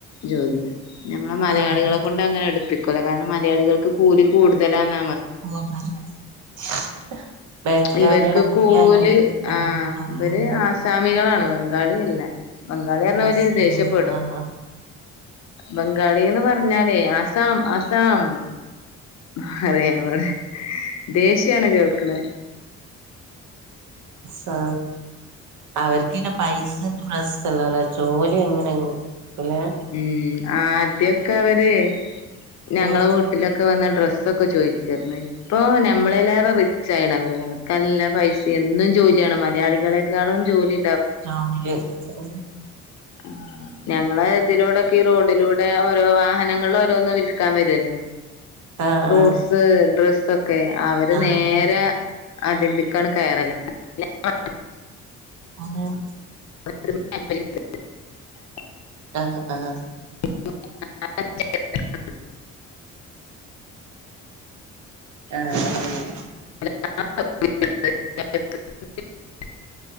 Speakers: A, on the left (about 60°); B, on the right (about 75°).
A: ജോലിയാ. ഞമ്മളെ മലയാളികളെ
B: ആഹ്
A: കൊണ്ടങ്ങനെ എടുപ്പിക്കുല കാരണം മലയാളികൾക്ക് കൂലി കൂടുതലാന്ന
B: <unintelligible> ബംഗാളികളെ
A: ഇവര്ക്ക് കൂലി
B: പോലെ ആഹ്
A: ആ
B: കൊറോടോ
A: ഇവര് ആസാമികളാണ്. ബംഗാളിയല്ല ബംഗാളി റിഞ്ഞാ
B: ആസാമ്
A: അവൽ ദേഷ്യപ്പെടും.
B: ആഹ്
A: ബംഗാളിന്ന് പറഞ്ഞാലേ ആസ് അസാം അസാം ആറേങ്ങളോട് ദേഷ്യാണ് കേൾക്ക്‌ണ.
B: ആഹ അവർക്കിന്നെ പൈസന്റെ പ്രശ്നല്ലല്ലല്ലോ ജോലി എങ്ങനെ ല്ലെ
A: മ് ആദ്യൊക്കെ അവര് ഞങ്ങളെ
B: ഉം
A: വീട്ടിലൊക്കെ വന്നി് ഡ്രസ്സൊക്കെ ചോയ്ക്കാര്ന്നു ഇപ്പൊ നമ്മളെല്ലാറേ റിച് യിണ് അവര് അവർക്കല്ല പൈസം എന്നും ജോലിയാണ് മലയാളികളെക്കാളും ജോലി
B: ആ <unintelligible>
A: ആ. ഞങ്ങളെ ഇതിലൂടൊക്കെ ഈ റോഡിലൂടെ ഓരോ വാഹനങ്ങളോരോന്ന് വിൽക്കാൻ വരുല്ലോ.
B: ആഹ്
A: ഫ്രൂട്സ്
B: ആഹ്
A: ഡ്രസ്സക്കെ അവര്
B: ആഹ്
A: നേരെ അതെന്തക്കാണ് കയറല <inaudible>
B: അത <inaudible>
A: <inaudible>
B: ആഹ് ആഹ് ആഹ്
A: <inaudible>
B: ആഹ
A: <inaudible>